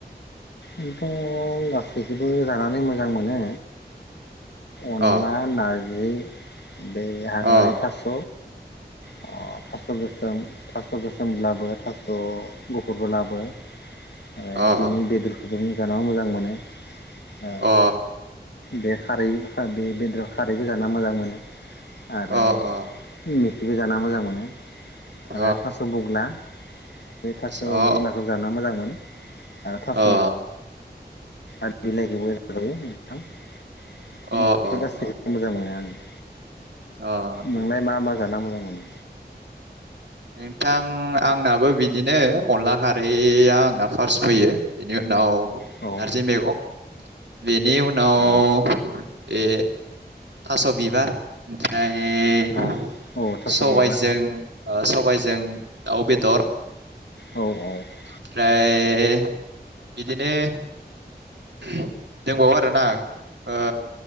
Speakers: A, on the left; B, on the right.
A: आंथ' गासैखौबो जानानै मोजां मोनो। अनला,
B: अ
A: नारजि। <inaudible> बे हाग्रानि
B: अ
A: थास' अ थास' गोसोम थास' गोसोमब्लाबो थास' गुफ फुरबलाबो आरो
B: अ
A: बिनि बेदर गुं जाना मोजां मोनो ओ
B: अ
A: बे खारै बे बेदर खारैबो जा मोजां मोनो आरो
B: अ अ
A: <unintelligible> ना मोजां मोनो
B: अ
A: आरो थास' बुग्ला बे थास'
B: अ
A: बुग्लाखौ जाना मोजां मोनो आरो थास'
B: अ
A: आरो बिलाइखौबो जाजायो। थां बेफोर
B: अ
A: गासैखौ मोजां मोनो आंङो।
B: अ
A: नोंलाय मा मा जाना मोजां मोनो
B: नोंथां आंनाबो बिदिनो अनला खारैया आंना फार्स्ट फैयो बेनि उनाव
A: औ औ
B: नारजि मैगं बेनि उनाव
A: औ
B: बे थास' बिबार ओमफ्राय
A: औ
B: ओइ
A: औ थास'
B: सबाइजों
A: बिबार
B: ओ सबाइजों दाउ बेदर।
A: औ औ
B: ओमफ्राय बिदिनो दोंबावो आरोना ओ ओ